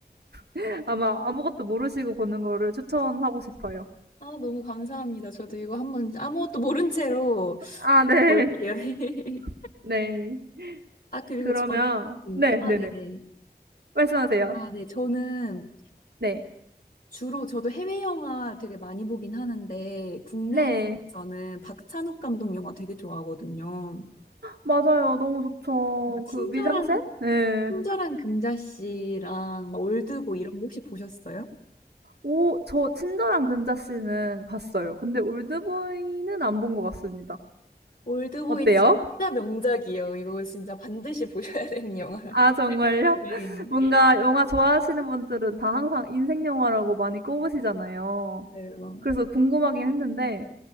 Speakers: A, on the right; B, on the left.
A: <laughs> 아마 아무것도 모르시고 보는 거를 추천하고 싶어요.
B: 아, 너무 감사합니다. 저도 이거 한번 아무것도 모른 채로
A: 아 네.
B: 볼게요. <laughs> 네.
A: <laughs> 네.
B: 아, 그리고
A: 그러면
B: 저는,
A: 네
B: 아,
A: 네
B: 네네.
A: 네. 말씀하세요.
B: 아, 네. 저는
A: 네.
B: 주로 저도 해외 영화 되게 많이 보긴 하는데, 국내
A: 네.
B: 영화에서는 박찬욱 감독 영화 되게 좋아하거든요.
A: 맞아요. 너무 좋죠.
B: 약간 친절한,
A: 그 미장센? 네
B: 친절한 금자씨랑 막 올드보이 이런 거 혹시 보셨어요?
A: 오 저 친절한 금자씨는 봤어요. 근데 올드보이는 안 본 것 같습니다.
B: 올드보이
A: 어때요?
B: 진짜 명작이에요. 이거 진짜 반드시 보셔야 되는 영화예요.
A: 아 정말요?
B: <laughs> 네.
A: <laughs> 뭔가 영화 좋아하시는 분들은 다 항상 인생 영화라고 많이 꼽으시잖아요.
B: 네.
A: 그래서 궁금하긴 했는데